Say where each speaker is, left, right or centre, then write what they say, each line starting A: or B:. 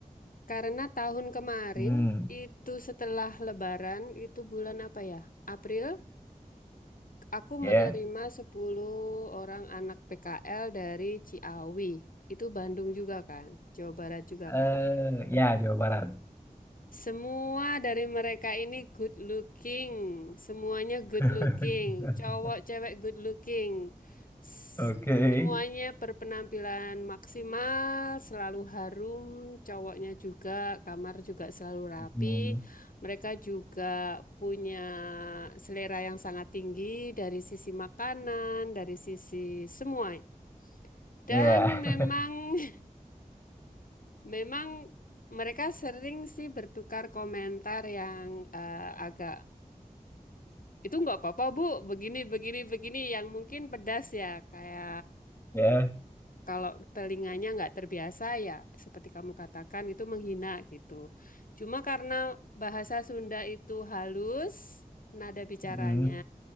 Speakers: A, on the left; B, on the left.
A: Karena tahun kemarin
B: Hmm,
A: itu setelah Lebaran, itu bulan apa ya? April? Aku
B: ya.
A: menerima 10 orang anak PKL dari Ciawi. Itu Bandung juga kan? Jawa Barat juga
B: Eh,
A: kan?
B: ya Jawa Barat.
A: Semua dari mereka ini good looking. Semuanya good
B: <laughs>
A: looking. Cowok, cewek good looking. S-
B: Oke.
A: Semuanya berpenampilan maksimal, selalu harum. Cowoknya juga, kamar juga selalu rapi.
B: Hmm,
A: Mereka juga punya selera yang sangat tinggi dari sisi makanan, dari sisi semua. Dan
B: ya,
A: memang
B: <laughs>
A: Memang mereka sering sih bertukar komentar yang eh, agak itu nggak apa-apa Bu, begini begini begini yang mungkin pedas ya kayak
B: ya.
A: kalau telinganya nggak terbiasa ya seperti kamu katakan itu menghina gitu. Cuma karena bahasa Sunda itu halus, nada bicaranya
B: Hmm,